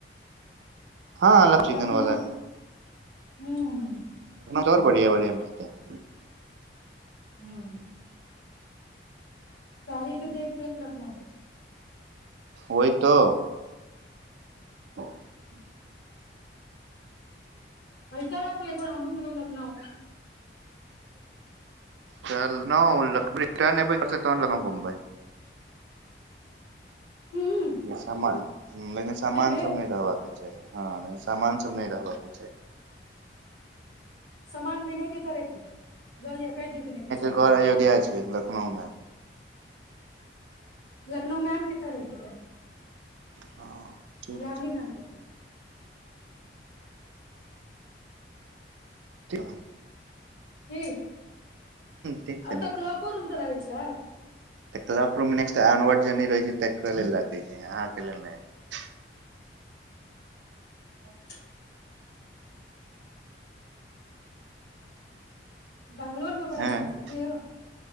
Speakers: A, on the right; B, on the left.
A: हँ चिकन
B: लखनउ
A: वाला
B: हूँ
A: आओर बढ़िया बढ़िया मिलत अहाँ के
B: हूँ सारी के देख लखनउ
A: ओहि तो ह <inaudible>
B: ह्म पैसा रखू तू एक बेर हमहुँ चुनैलै नक
A: चल न रिटर्न तहन एम्हर घुमबै
B: हूं
A: सान लेकिन सामान
B: एहि बेर
A: सब नहि रहबाक के हँ सामान सब नहि रहबयके छै
B: सामान विनय के एतऽ राखि देबै बुझलियै कहि दियौ विनय के चाभी
A: घर
B: दऽ
A: अयोध्या
B: देत
A: छै लखनऊ मे
B: लखनउमे मैम के एतऽ राखि देबै
A: हँ ठीक
B: यामनी
A: छै
B: मैम के एतऽ
A: क <inaudible>
B: कि
A: ठीक छै
B: अतऽ
A: ने
B: क्लॉको रूम तक छै
A: तऽ clock room next onward journey रहैत छै तकरा लेल राखै छै अहाँके लेल नहि
B: अच्छा <inaudible> बैंगलोरमे बड़ा
A: हँ
B: नीक छैलै ने यौ